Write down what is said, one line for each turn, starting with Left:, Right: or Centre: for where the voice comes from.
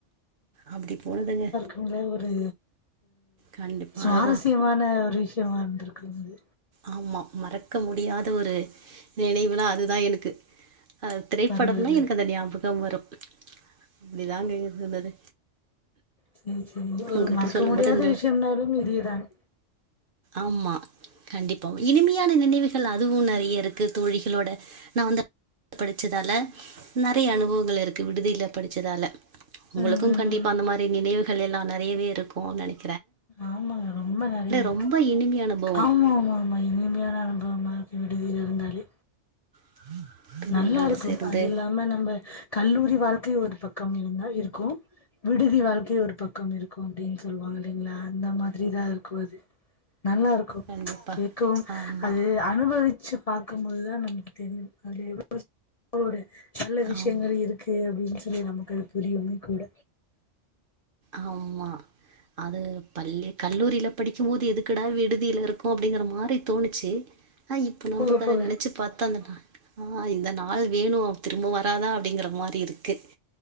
Right: அப்டீ போனதுங்க
Left: இதுலா ஒரு
Right: கண்டிப்பா
Left: சுவாரஸ்யமான
Right: அதுதா
Left: ஒரு விஷயமா இருந்திருக்கோங்க இது
Right: ஆமா மறக்க முடியாத ஒரு நினைவுனா அதுதா எனக்கு அ திரைப்படம்னா
Left: பரவால்ல
Right: எனக்கு ஞாபகம் வரோ அப்டீதா இது இருந்தது
Left: செர் சேரி ஒரு
Right: உங்ககிட்ட
Left: மறக்க
Right: சொல்லும்
Left: முடியாத
Right: போது அந்த
Left: விஷ்யம்னாலும் இதேதாங்
Right: ஆமா கண்டிப்பா இனிமையான நினைவு அதுவு நறீய இருக்கு தோழிகளோட நா வந்து படிச்சதால நறைய அனுபவங்கள் இருக்கு விடுதியில படிச்சதால உங்குளுக்கு
Left: ம் ம்
Right: கண்டிப்
Left: ம்
Right: பா அந்த மாரி நினைவுகள் எல்லா நறையவே இருக்கோ நனைக்க
Left: ஆமாங்க ரொம்ப நறைய இருக்கு
Right: ரொம்ப இனிமை அனுபவம்.
Left: ஆமா ஆமா ஆமா இனிமையான அனுபவமா இரு மடியுல இருந்தாலே
Right: <inaudible>
Left: நல்லா இருக்கோ
Right: சேர்ந்து.
Left: அது இல்லாம நம்ம கல்லூரி வாழ்க்கை ஒரு பக்கோ இருந்தா இருக்கோ விடுதி வாழ்க்கை ஒரு பக்கோ இருக்கோ அப்டீன்னு சொல்லுவாங்க இல்லீங்களா அந்த மாரி பெரிதா இருக்கு அது நல்லா இருக்கும்
Right: கண்டிப்பா.
Left: கேட்கவும்
Right: ஆமா,
Left: அது அனுபவிச்சு பாக்குமோது தான் நமக்கு தெரியும் அதில் எவ்வளோ ஒரு நல்ல விஷயங்கள்
Right: ஆமா.
Left: இருக்கு இருக்கு அப்டின்னு சொல்லி நமக்கு அது புரியுமே கூட
Right: ஆமா அது பள்ளி கல்லூரியில படிக்குமோது எதுக்குடா விடுதியில இருக்கோம் அப்டிங்கிற மாரி தோணுச்சு ஆ இப்போ நமக்கு
Left: போக
Right: அத
Left: போக
Right: நெனச்சு பாத்தண்ணா அந்த நா ஆ இந்த நாள் வேணுங திரும்ப வராதா அப்டிங்கிற மாரி இருக்கு